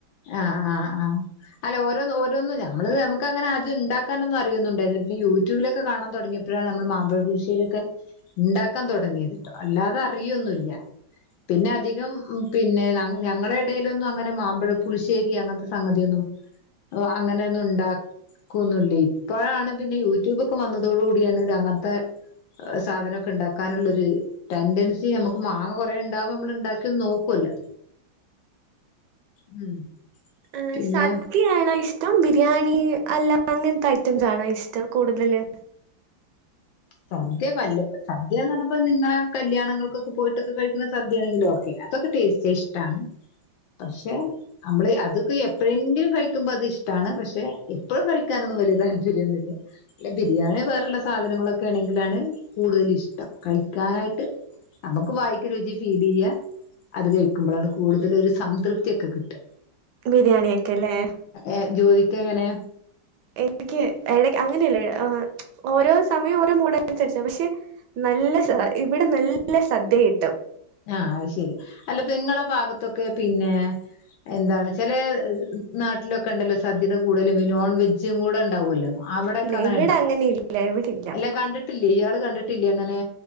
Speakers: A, on the left (about 75°); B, on the right (about 70°).
A: ആഹ് ആഹ് ആഹ്. അല്ല ഓരോന്ന് ഓരോന്ന് നമ്മള് നമുക്കങ്ങനെ അതിണ്ടാക്കാനോന്നും അറിയുന്നുണ്ടായിരി പിന്നെ യൂട്യൂബിലൊക്കെ കാണാൻ തൊടങ്ങീ ഇപ്പഴാണ് നമ്മള് മാമ്പഴ പുളുശ്ശേരിക്ക ഇണ്ടാക്കാൻ തൊടങ്ങിയത്. അല്ലാതെ അറിയൊന്നുല്ലൃ പിന്നെ അധികം പിന്നെ ഞ ഞങ്ങള് ളിടയിലൊന്നും അങ്ങനെ മാംമ്പഴ പുളുശ്ശേരി അങ്ങനത്തെ സംഗതിയൊന്നും ഓ അങ്ങനെയൊന്നുണ്ടാ ക്കുന്നുല്ലൃ ഇപ്പൊഴാണ് പിന്നെ യൂ ട്യൂബൊക്കെ വന്നതോടു കൂടിയാണ് അങ്ങൻത്തെ സാധനൊക്കെ ഇണ്ടാക്കാനുള്ളൊര് ടെൻഡൻസി ഞമക്ക് മാങ്ങ കൊറേണ്ടാവുംമ്പോ അമ്മളിണ്ടാക്കി നോക്കുവല്ലോ. ഉം
B: ആ
A: പിന്നെ
B: സ ദ്യാണോ ഇഷ്ടം ബിരിയാണി അല്ല അങ്ങൻത്തെ ഐറ്റംസാണോ ഇഷ്ടം കൂടുതല്
A: സദ്യ വല്ലപ്പ സദ്യാന്ന് പറഞ്ഞപ്പോ നിങ്ങള കല്യാണങ്ങൾക്കൊക്കെ പോയിട്ടൊക്ക കഴിക്കുന്ന സദ്യാണെങ്കിലോ അതൊക്കെ ടേസ്റ്റെയ്യാൻ ഇഷ്ടാണ് പക്ഷെ നമ്മള് അതൊക്കെ എപ്പോഴെങ്കിലും കഴിക്കുംമ്പോ അതിഷ്ട്ടാണ് പക്ഷെ എപ്പഴും കഴിക്കാനൊന്നും വലൃ താല്പര്യൊന്നുല്ല അല്ല ബിരിയാണി വേറുള്ള സാധനങ്ങളൊക്കാണെങ്കിലാണ് കൂടുതൽ ഇഷ്ടം കഴിക്കാനായിട്ട് നമുക്ക് വായിക്ക് രുചി ഫീലെയ്യ അത് കഴിക്കുംമ്പൊഴാണ് കൂടുതലൊരു സംതൃപ്തിയൊക്കെ കിട്ടാ
B: ബിരിയാണിക്കല്ലേ
A: എഹ് ജോലിക്കെങ്ങനെയാ?
B: എനിക്ക് അങ്ങനെയല്ല ഓരോ സമയം ഓരോ മൂഡ് അനുസരിച്ച പക്ഷെ നല്ല സാ ഇവിടെ നല്ല സദ്യ കിട്ടും
A: ആഹ് അഹ് ശെരി അല്ല നിങ്ങളെ ഭാഗത്തൊക്കെ പിന്നെ എന്താണ് ചെലേ നാട്ടിലൊക്കെ ഇണ്ടല്ലോ സദ്യയുടെ കൂടെ നോൺ വെജും കൂടെ ഇണ്ടാവൊല്ലോ? അവ്ടെക്കെ
B: ഇല്ല
A: അങ്ങനെണ്ടോ?
B: ഇവിടെ അങ്ങനെ ഇല്ല ഇവിടെ ഇല്ല
A: എല്ല കണ്ടിട്ടില്ലേ? ഇയാള് കണ്ടിട്ടില്ലേ അങ്ങനെ?